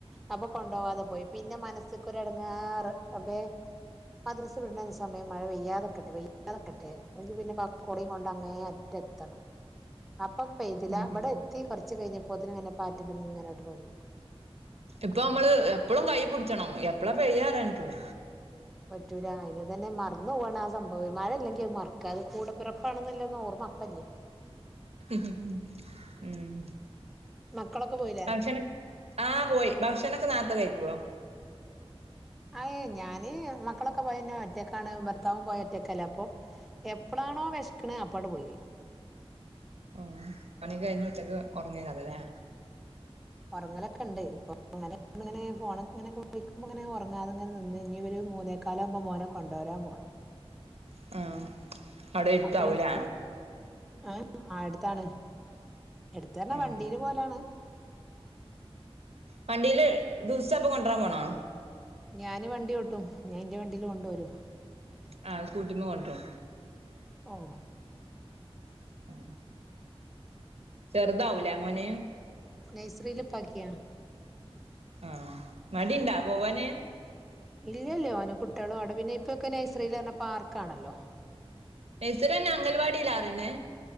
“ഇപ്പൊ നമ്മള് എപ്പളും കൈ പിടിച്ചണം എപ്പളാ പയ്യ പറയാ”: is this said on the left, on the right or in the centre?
Right